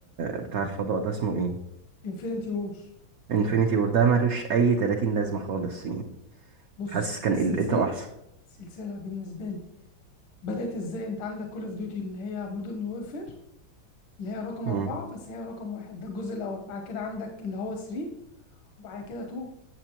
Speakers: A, on the right; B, on the left.
A: بتاع الفضاء ده اسمه إيه؟
B: انفينيتي وور
A: انفينيتي وور ده ملوش أي 30 لازمة خالص يعني
B: بص
A: حاسس كان
B: السلسلة
A: قلته أحسن
B: سلسلة بالنسبة لي بدأت إزاي أنت عندك كول أوف ديوتي اللي هي مودرن وورفير اللي هي رقم
A: امم
B: أربعة بس هي رقم واحد ده الجزء الأول بعد كده عندك اللي هو 3 وبعد كده 2